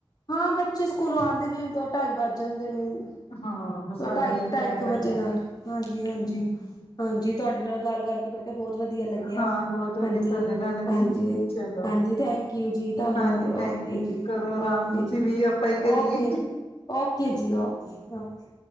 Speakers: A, on the left; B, on the left.
A: ਹਾਂ, ਬੱਚੇ ਸਕੂਲੋ ਆਦੇ ਨੇ। ਦੋ, ਢਾਈ ਵੱਜ ਜਾਂਦੇ ਨੇ।
B: ਹਾਂ। ਬਸ ਸਾਡਾ
A: ਦੋ, ਢਾਈ,
B: ਵੀ ਇਹੀ
A: ਢਾਈ
B: ਟਾਈਮ
A: ਇੱਕ
B: ਹੈਗਾ
A: ਵਜੇ ਨਾਲ। ਹਾਂਜੀ-ਹਾਂਜੀ।
B: ਹਮ
A: ਹਾਂਜੀ, ਤੁਹਾਡੇ ਨਾਲ ਗੱਲ ਕਰਕੇ। ਨਹੀਂ ਬੇਟਾ, ਬਹੁਤ ਵਧੀਆ ਲੱਗਿਆ।
B: ਹਾਂ ਬਹੁਤ ਵਧੀਆ
A: ਹਾਂਜੀ,
B: ਤੁਹਾਡੇ ਨਾਲ ਵੀ
A: ਹਾਂਜੀ,
B: ਚਲੋ
A: ਹਾਂਜੀ ਥੈਂਕ ਕੂ ਜੀ, ਧੰਨਵਾਦ।
B: ਹਾਂਜੀ ਥੈਂਕ
A: ਓਕੇ
B: ਯੂ
A: ਜੀ,
B: ਕਰੋ ਆਰਾਮ
A: ਓਕੇ
B: ਤੁਸੀਂ
A: ਜੀ,
B: ਵੀ ਆਪਾਂ ਹੀ ਕਰੀਏ
A: ਓਕੇ। ਓਕੇ ਜੀ, ਓਕੇ, ਓਕੇ।